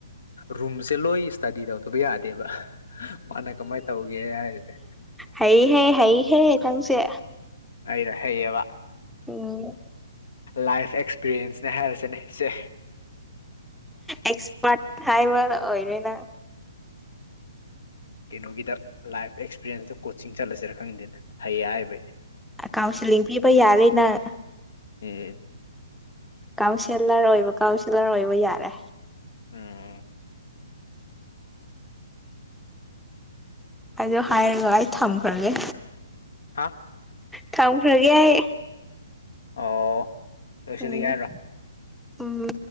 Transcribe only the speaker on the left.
ꯔꯨꯝꯁꯦ ꯂꯣꯏ ꯏꯁꯇꯗꯤ ꯇꯧꯗꯕ ꯌꯥꯗꯦꯕ ꯃꯥꯅ ꯀꯃꯥꯏ ꯇꯧꯒꯦ ꯍꯥꯏꯔꯤꯁꯦ꯫
ꯑꯩꯔ ꯍꯩꯌꯦꯕ
ꯂꯥꯏꯐ ꯑꯦꯛꯁꯄꯤꯔꯤꯌꯦꯟꯁꯅꯦ ꯍꯥꯏꯔꯁꯤꯅꯦ ꯁꯦ꯫
ꯀꯩꯅꯣꯒꯤꯗ ꯂꯥꯏꯐ ꯑꯦꯛꯁꯄꯤꯔꯤꯌꯦꯟꯁꯇ ꯀꯣꯆꯤꯡ ꯆꯠꯂꯁꯤꯔ ꯈꯪꯗꯦꯅ꯫ ꯍꯩ ꯌꯥꯏꯕꯩ꯫
ꯑꯦ
ꯎꯝ
ꯍꯥ
ꯑꯣ ꯂꯣꯏꯁꯤꯜꯂꯒꯦ
ꯍꯥꯏꯔꯣ